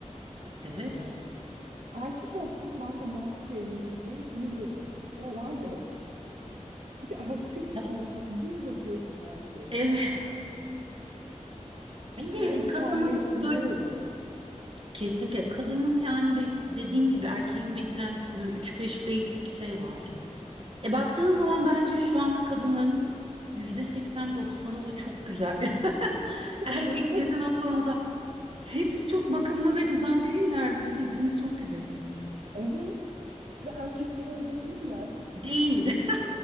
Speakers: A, on the right; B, on the right.
A: Evet.
B: Yani erkek olsam ben de mantık evliliği diye yürürdüm. Yalan yok. Çünkü <laughs> erkeksin.
A: Ya,
B: Hani düz bakıyorsun her şeye.
A: evet.
B: Ama
A: Bir de
B: biz içselleştiriyoruz.
A: kadının böyle Kesinlikle kadının yani bek- dediğin gibi erkeğin beklentisi böyle üç beş basic şey var. E baktığın zaman bence şu anda kadınların %80-90'ı da çok güzel. <laughs>
B: <laughs>
A: Erkeklerin
B: Evet.
A: o konuda hepsi çok bakımlı ve güzel değiller mi? Hepimiz çok güzeliz.
B: Evet. Ve erkekler öyle değiller.
A: Değil. <laughs>